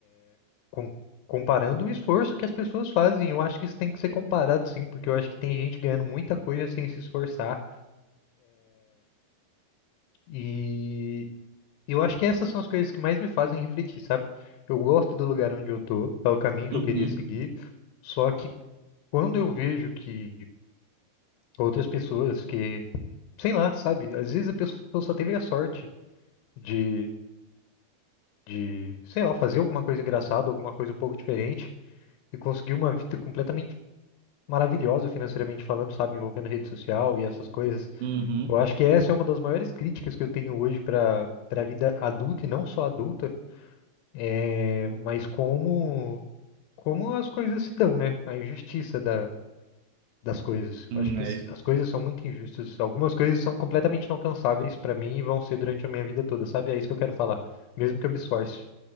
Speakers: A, on the left; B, on the right.
A: com- comparando o esforço que as pessoas fazem. Eu acho que isso tem que ser comparado, sim, porque eu acho que tem gente ganhando muita coisa sem se esforçar. E eu acho que essas são as coisas que mais me fazem refletir, sabe? Eu gosto do lugar onde eu tô, é o caminho que
B: Uhum,
A: eu queria seguir, só que quando eu vejo que outras pessoas que, sei lá, sabe? Às vezes a pessoa só teve a sorte de, de, sei lá, fazer alguma coisa engraçada, alguma coisa um pouco diferente e conseguir uma vida completamente maravilhosa financeiramente falando, sabe, envolvendo rede social e essas coisas.
B: uhum.
A: Eu acho que essa é uma das maiores críticas que eu tenho hoje para para a vida adulta e não só adulta, é, mas como como as coisas se dão, né? A injustiça da das coisas.
B: Hum,
A: Eu acho que
B: é
A: s- as coisas são muito injustas. Algumas coisas são completamente inalcançáveis para mim e vão ser durante a minha vida toda, sabe? É isso que eu quero falar, mesmo que eu me esforce.